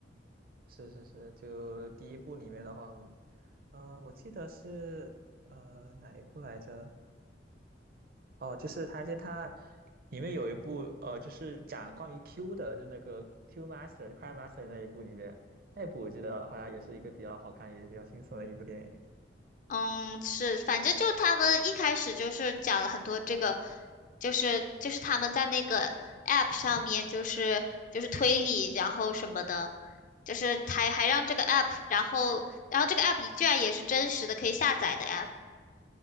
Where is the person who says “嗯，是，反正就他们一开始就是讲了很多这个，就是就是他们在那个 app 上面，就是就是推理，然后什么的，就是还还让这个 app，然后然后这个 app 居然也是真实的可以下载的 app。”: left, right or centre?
Left